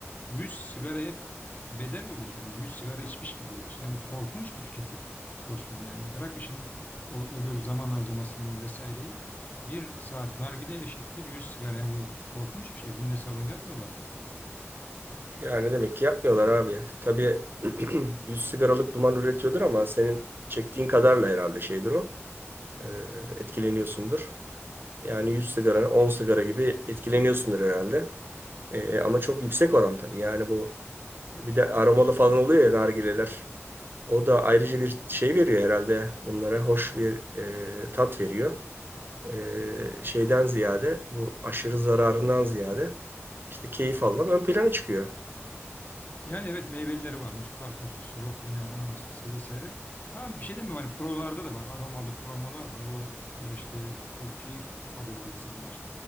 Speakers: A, on the left; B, on the right.
A: 100 sigaraya bedel olduğu söyleniyor. 100 sigara içmiş gibi oluyorsun. Yani bu korkunç bir tüketim dostum yani. Bırak işin o öbür zaman harcamasını vesaireyi. Bir saat nargile eşittir 100 sigara. Yani bu korkunç bir şey. Bunun hesabını yapmıyorlar mı?
B: Yani demek ki yapmıyorlar abi. Tabii <clears throat> 100 sigaralık duman üretiyordur ama senin çektiğin kadarla herhalde şeydir o. E, etkileniyorsundur. Yani 100 sigara, 10 sigara gibi etkileniyorsundur herhalde. Ee, ama çok yüksek oran tabii. Yani bu bir de aromalı falan oluyor ya nargileler. O da ayrıca bir şey veriyor herhalde. Bunlara hoş bir e, tat veriyor. Ee, şeyden ziyade bu aşırı zararından ziyade işte keyif almak ön plana çıkıyor.
A: Yani evet meyvelileri varmış. Karpuzlusu yok bilmiyorum ananaslısı vesaire. Tamam bir şey demiyorum. Hani prolarda da var. Aromalı promolar var. O şu işte çok keyif alıyor insanlar.